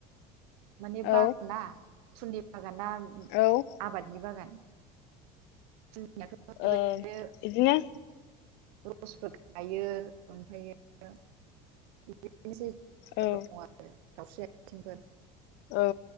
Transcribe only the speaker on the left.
औ
औ ओ
ओ बिदिनो
औ
औ।